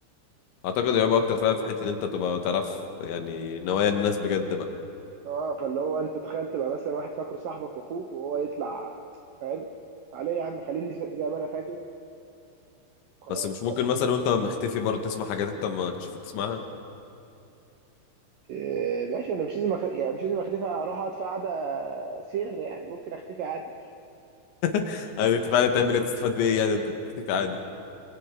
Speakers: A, on the left (about 75°); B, on the right (about 80°).
A: اعتقد هيبقى اكتر فعلا في حتة ان انت تبقى تعرف يعني نوايا الناس بجد بقى
B: اه فاللي هو انت تخيل تبقى مثلا واحد فاكره صاحبك واخوك وهو يطلع فاهم فعليه يا عم خليني زي ما انا فاكر خلاص
A: بس مش ممكن
B: وقت
A: مثلا وانت مختفي برضو تسمع حاجات انت ما كنتش المفروض تسمعها
B: آه، ماشي انا مش لازم أخ... يعني مش لازم اختفي اروح اقعد في قعده سر يعني ممكن اختفي عادي
A: <laughs> يعني انت فعلا تعمل ايه تستفاد بايه يعني انت بتختفي عادي